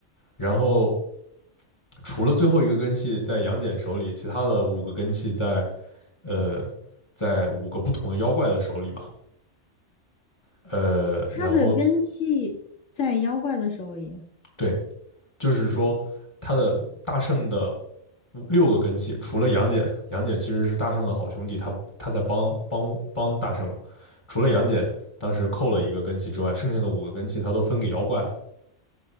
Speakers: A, on the left; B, on the left.
A: 然后除了最后一个根器在杨戬手里，其他的五个根器在呃在五个不同的妖怪的手里嘛，呃，
B: 它的根系在妖怪的手里。
A: 然后对，就是说他的大圣的五六个根器，除了杨戬，杨戬其实是大圣的好兄弟，他他在帮帮帮大圣嘛。除了杨戬当时扣了一个根器之外，剩下的五个根器他都分给妖怪了，